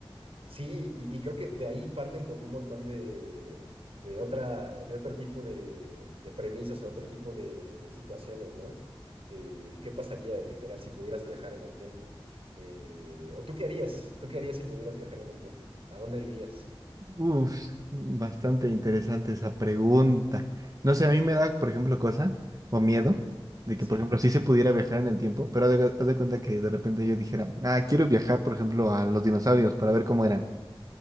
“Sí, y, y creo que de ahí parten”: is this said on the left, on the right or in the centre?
Right